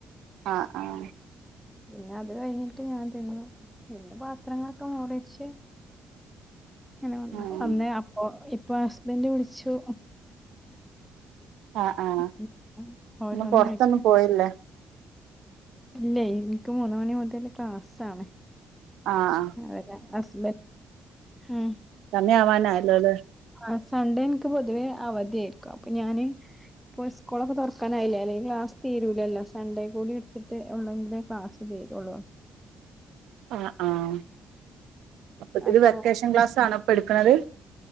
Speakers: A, on the right; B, in the centre.
A: ആഹ് ആഹ്
B: പിന്നെ അത് കഴിഞ്ഞിട്ട് ഞാൻ തിന്നു പിന്നെ പാത്രങ്ങളൊക്കെ മുറിച്ച് അങ്ങനെ വന്ന
A: ഉം
B: വന്ന് അപ്പൊ ഇപ്പൊ ഹസ്ബൻഡ് വിളിച്ചു.
A: ആഹ്
B: ഉം.
A: ആഹ്
B: ഓരോന്നായിട്ട്
A: ഇന്ന് പുറത്തൊന്നും പോയില്ലേ?
B: ഇല്ല എനിക്ക് മൂന്ന് മണി മുതല് ക്ലാസാണെ.
A: ആഹ് ആഹ്
B: അതല്ല അസ്ബൻ ഹും
A: സമയവാന ആയല്ലോല്ലേ?
B: ആഹ് സൺഡേ എനിക്ക് പൊതുവേ അവധിയായിരിക്കും അപ്പൊ ഞാന് ഇപ്പോൾ സ്കൂളൊക്കെ തുറക്കാനായില്ലേ അല്ലെ ക്ലാസ് തീരൂലല്ലോ സണ്ടേ കൂടി എടുത്തിട്ട് ഉണ്ടെങ്കില് ക്ലാസ് വേരുള്ളോ
A: ആഹ് ആഹ് അപ്പത്
B: അപ്പൊ
A: വെക്കേഷൻ ക്ലാസ്സ് ആണ ഇപ്പ എടുക്കണത്